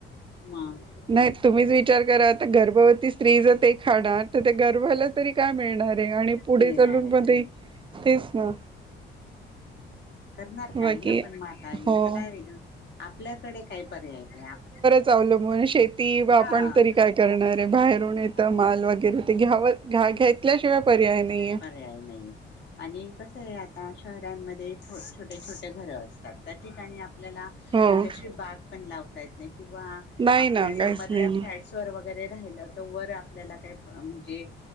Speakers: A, on the left; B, on the right.
A: मग <unintelligible>
B: नाही. तुम्हीच विचार करा आता गर्भवती स्त्री जर ते <unintelligible> आत ते गर्भाला तरी काय मिळणार आहे आणि पुढे
A: मिळणार
B: चालून
A: आहे
B: मग ते तेच ना.
A: करणार काय
B: बाकी
A: ना पण मग आता.
B: हो
A: त्याला आपल्याकडे काही पर्याय नाही आपण
B: <unintelligible> मुळे शेती आपण
A: हा
B: तरी काय करणारे बाहेरून येत
A: हा
B: माल वगैरे ते घ्याव घ्याेतल्याशिवाय पर्याय नाहीये.
A: पर्याय नाही. आणि कसं आहे आता शहरांमध्ये छोटे छोटे घरं असतात. त्या ठिकाणी आपल्याला
B: हो
A: म्हणजे अशी बाग पण लावता येत नाही किंवा
B: नाही
A: आपण
B: ना काहीच
A: मधल्या
B: नाही नाही
A: <unintelligible> वगैरे राहिलं तर वर आपल्याला काही म्हणजे